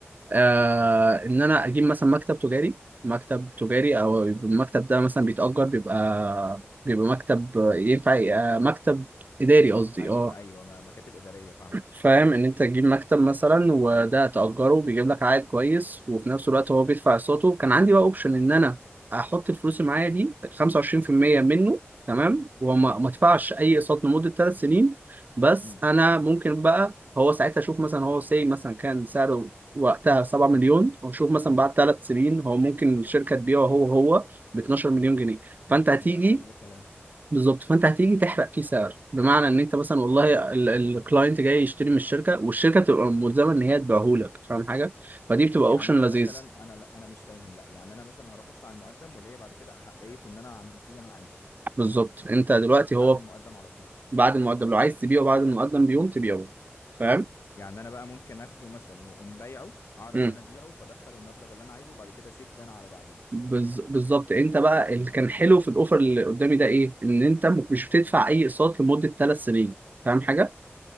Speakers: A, on the right; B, on the left.
A: آه... ان انا اجيب مثلا مكتب تجاري مكتب تجاري او يبقى المكتب ده مثلا بيتأجر بيبقى بيبقى مكتب ينفع يبقى مكتب اداري قصدي
B: ايوه
A: اه
B: ايوه م- مكاتب إدارية فاهمك
A: فاهم ان انت تجيب مكتب مثلا وده تأجره بيجيب لك عائد كويس وفي نفس الوقت هو بيدفع اقساطه كان عندي بقى اوبشن ان انا احط الفلوس اللي معايا دي 25% منه تمام وما ما ادفعش اي اقساط لمدة ثلاث سنين بس
B: امم
A: انا ممكن بقى هو ساعتها اشوف مثلا هو سي مثلا كان سعره وقتها 7 مليون واشوف مثلا
B: امم
A: بعد ثلاث سنين هو ممكن الشركة تبيعه هو هو ب 12 مليون جنيه فانت هتيجي
B: ده اقل كلام
A: بالظبط فانت هتيجي تحرق فيه سعر بمعنى ان انت مثلا والله الكلاينت جاي يشتري من الشركه والشركه بتبقى ملزمه ان هي تبيعهولك فاهم حاجه فدي بتبقى
B: يعني
A: اوبشن
B: انا
A: لذيذ
B: مثلا انا انا مش فاهم لا يعني انا مثلا هروح ادفع المقدم وليا بعد كده احقيه ان انا اعمل فيه اللي انا عايزه
A: بالظبط انت دلوقتي
B: بعد
A: هو
B: المقدم على طول
A: بعد المقدم لو عايز تبيعه بعد المقدم بيوم تبيعه فاهم
B: يعني انا بقى ممكن اخده مثلا واقوم بايعه اعرف
A: امم
B: انا ابيعه فادخل المبلغ اللي انا عايزه وبعد كده اسد انا على بعدين
A: بز... بالظبط انت بقى
B: امم
A: اللي كان حلو في الاوفر اللي قدامي ده ايه ان انت م- مش بتدفع اي اقساط لمده ثلاث سنين فاهم حاجه